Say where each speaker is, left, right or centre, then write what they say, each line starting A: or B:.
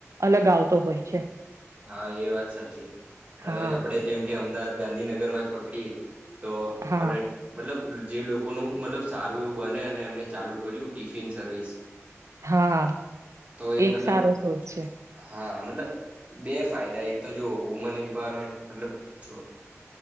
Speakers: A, on the right; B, on the right.
A: અલગ આવતો હોય છે.
B: હા એ વાત સાચી, હવે
A: હા
B: આપડે જેમ કે અમદાવાદ ગાંધીનગર માં જ પકડીએ. તો
A: હા
B: આપડે મતલબ જે લોકોનું મતલબ સારું એવું બને અને એમને ચાલુ કર્યું ટિફિન સર્વિસ.
A: હા
B: તો એ
A: એક
B: મતલબ
A: સારો સોર્સ છે
B: હા. મતલબ બે ફાયદા એક તો જોઓ વુમન એમ્પાવરમેન્ટ મતલબ છો